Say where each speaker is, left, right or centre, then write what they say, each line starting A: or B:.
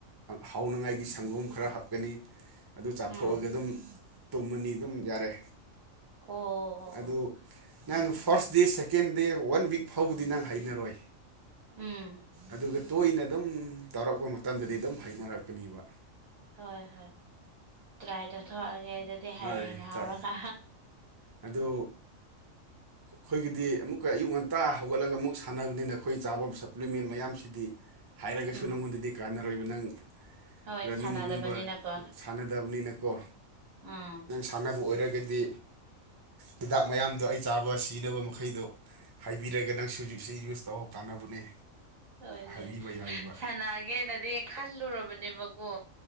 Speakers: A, on the right; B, on the right.
A: ꯍꯥꯎꯅꯉꯥꯏꯒꯤ ꯁꯪꯒꯣꯝ ꯈꯔ ꯍꯥꯞꯀꯅꯤ ꯑꯗꯨ ꯆꯥꯊꯣꯛꯑꯒ
B: ꯎꯝ
A: ꯑꯗꯨꯝ ꯇꯨꯝꯃꯅꯤ ꯑꯗꯨꯝ ꯌꯥꯔꯦ
B: ꯑꯣ ꯑꯣ
A: ꯑꯗꯨ
B: ꯑꯣ
A: ꯅꯪ first day second day one week ꯐꯥꯎꯕꯗꯤ ꯅꯪ ꯍꯩꯅꯔꯣꯏ
B: ꯎꯝ
A: ꯑꯗꯨꯒ ꯇꯣꯏꯅ ꯑꯗꯨꯝ ꯇꯧꯔꯛꯄ ꯃꯇꯝꯗꯗꯤ ꯑꯗꯨꯝ ꯍꯩꯅꯔꯛꯀꯅꯦꯕ
B: ꯍꯣꯏ ꯍꯣꯏ ꯇ꯭ꯔꯥꯏ ꯇꯥꯊꯛꯑꯒꯦ ꯑꯩꯗ ꯍꯌꯦꯡꯩꯅ
A: ꯍꯣꯏ ꯇ꯭ꯔꯥꯏ
B: ꯍꯥꯎꯔꯒ
A: ꯑꯗꯨ ꯑꯩꯈꯣꯏꯒꯤꯗꯤ ꯑꯃꯨꯛꯀ ꯑꯌꯨꯛ ꯉꯟꯇꯥ ꯍꯧꯒꯠꯂꯒ ꯑꯃꯨꯛ ꯁꯥꯟꯅꯕꯅꯤꯅ ꯑꯩꯈꯣꯏ ꯆꯥꯐꯝ ꯁꯄ꯭ꯂꯤꯃꯦꯟ ꯃꯌꯥꯝꯁꯤꯗꯤ ꯍꯥꯏꯔꯒꯁꯨ
B: ꯎꯝ
A: ꯅꯪꯉꯣꯟꯗꯗꯤ ꯀꯥꯟꯅꯔꯣꯏꯕ ꯅꯪ
B: ꯍꯣꯏ
A: ꯔꯟꯅꯤꯡꯒꯨꯝꯕ
B: ꯁꯥꯟꯅꯗꯕꯅꯤꯅꯀꯣ
A: ꯁꯥꯟꯅꯗꯕꯅꯤꯅꯀꯣ
B: ꯎꯝ
A: ꯀꯥꯟꯅꯕ ꯑꯣꯏꯔꯒꯗꯤ ꯍꯤꯗꯥꯛ ꯃꯌꯥꯝꯗꯣ ꯑꯩ ꯆꯥꯕ ꯁꯤꯖꯤꯟꯅꯕ ꯃꯈꯩꯗꯣ ꯍꯥꯏꯕꯤꯔꯒ ꯅꯪ ꯁꯖꯤꯛꯁꯤ ꯌꯨꯁ ꯇꯧ ꯀꯥꯟꯅꯕꯅꯦ
B: ꯍꯣꯏꯅꯦ
A: ꯍꯥꯏꯕꯤꯕ ꯌꯥꯏꯕ
B: ꯁꯅꯒꯦꯅꯗꯤ ꯈꯜꯂꯨꯔꯕꯅꯦꯕꯀꯣ